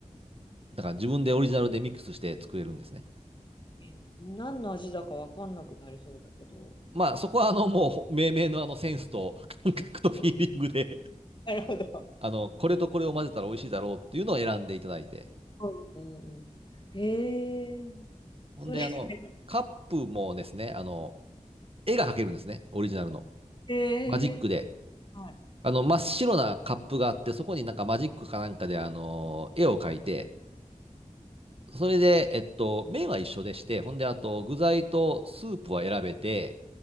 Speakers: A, on the right; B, on the left.
A: だから自分でオリジナルでミックスして作れるんですね。
B: え、何の味だかわかんなくなりそうだけど。
A: まあそこはあのもう命名のあのセンスと感覚とフィーリングで
B: <laughs> なるほど。
A: あの、これとこれを混ぜたら美味しいだろうっていうのを選んでいただいて。
B: うんうんうん。へえ。
A: ほんで、
B: それ、
A: あの、
B: <laughs>
A: カップもですね、あの、絵が描けるんですね、オリジナルの。
B: へえ。
A: マジックで。
B: はい。
A: あの、真っ白なカップがあって、そこになんかマジックかなんかで、あの、絵を描いて、それで、えっと、麺は一緒でして、ほんで、あと、具材とスープは選べて、